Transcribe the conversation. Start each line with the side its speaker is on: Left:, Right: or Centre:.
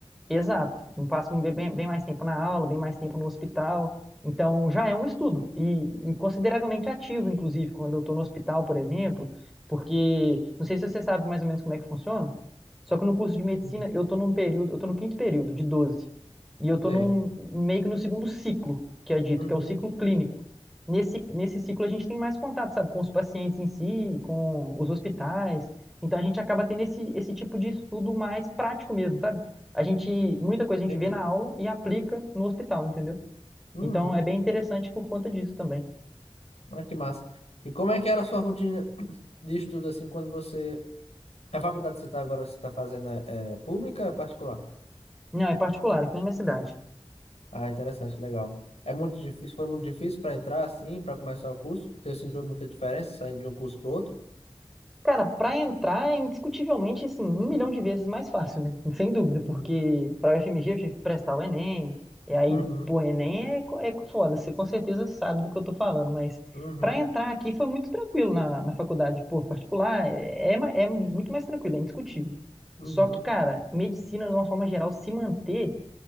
Centre: Exato, Eu Passo bem, bem bem mais tempo na aula, bem mais tempo no hospital. Então já é um estudo e, e consideravelmente ativo, inclusive, quando eu estou no hospital, por exemplo, porque não sei se você sabe mais ou menos como é que funciona. Só que no curso de medicina
Left: Uhum.
Centre: eu estou num período, eu estou no quinto período de 12 e eu estou
Left: Sei.
Centre: num meio que no segundo ciclo que é dito,
Left: Uhum.
Centre: que é o ciclo clínico. Nesse nesse ciclo a gente tem mais contato, sabe, com os pacientes em si, com os hospitais. Então a gente acaba tendo esse esse tipo de estudo mais prático mesmo, sabe? a gente, muita coisa a
Left: Entendi.
Centre: gente vê na aula e aplica no hospital, entendeu?
Left: Uhum.
Centre: Então é bem interessante por conta disso também.
Left: Ah, que massa. E como é que era a sua rotina <clears throat> de estudo, assim, quando você A faculdade que você está agora, você está fazendo é, é pública ou é particular?
Centre: Não, é particular, aqui na minha cidade.
Left: Ah, interessante, legal. É muito difícil, foi muito difícil para entrar assim, para começar o curso? Você sentiu muita diferença saindo de um curso para outro?
Centre: Cara, pra entrar é indiscutivelmente, assim, um milhão de vezes mais fácil, né? <laughs> Sem dúvida,
Left: Uhum.
Centre: porque pra UFMG eu tive que prestar o Enem, e aí,
Left: Uhum.
Centre: pô, Enem é, co- é foda, você com certeza sabe do que eu tô falando, mas
Left: Uhum.
Centre: pra entrar aqui foi muito tranquilo na, na faculdade, pô, particular, é, é, ma- é muito mais tranquilo, é indiscutível.
Left: Uhum.
Centre: Só que, cara, medicina, de uma forma geral, se manter